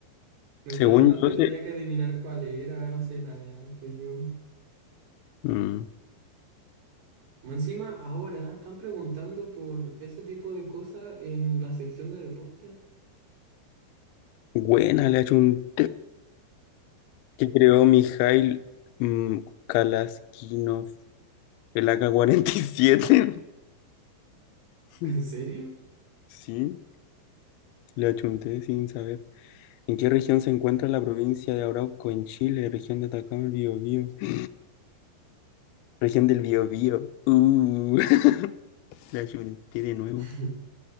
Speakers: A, on the right (about 65°); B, on the left (about 85°).
A: Me
B: Según
A: salió un auto
B: yo,
A: y tenía
B: se...
A: que adivinar cuál era, no sé nada de auto yo.
B: mm,
A: Encima, ahora están preguntando por ese tipo de cosas en la sección de deporte.
B: buena, le ha hecho un que creó Mijail mm, Kalaskinov, el A K cuarenta y siete
A: ¿En
B: <laughs>
A: serio?
B: Sí, le achunté sin saber. ¿En qué región se encuentra la provincia de Arauco en Chile? Región de Atacama, el Biobío. <gasps> Región del Biobío. Uh, <laughs> le achunté de nuevo.
A: <laughs>